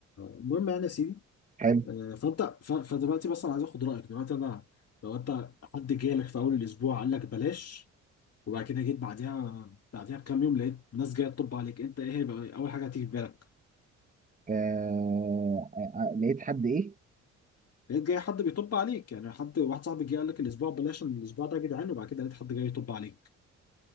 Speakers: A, on the left; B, on the right.
A: المهم يعني يا سيدي
B: حلو
A: آه فانت ف- فدلوقتي بس انا عايز اخد رايك دلوقتي انا لو انت حد جالك في اول الاسبوع قال لك بلاش وبعد كده جيت بعديها بعديها بكام يوم لقيت ناس جايه تطب عليك انت ايه هيبقى اول حاجه هتيجي في بالك
B: آه آه، آه، لقيت حد إيه؟
A: لقيت جاي حد بيطب عليك يعني حد واحد صاحبي جه قال لك الاسبوع بلاش الاسبوع ده يا جدعان وبعد كده لقيت حد جاي يطب عليك